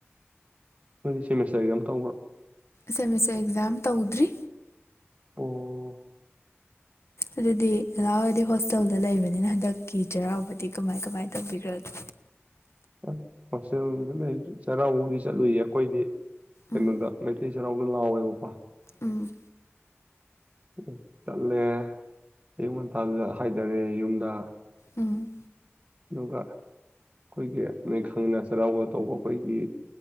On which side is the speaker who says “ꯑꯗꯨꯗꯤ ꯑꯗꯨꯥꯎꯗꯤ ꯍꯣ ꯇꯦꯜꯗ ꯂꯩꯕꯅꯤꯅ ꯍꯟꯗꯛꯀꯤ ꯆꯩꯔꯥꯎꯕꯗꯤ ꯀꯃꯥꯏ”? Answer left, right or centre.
Left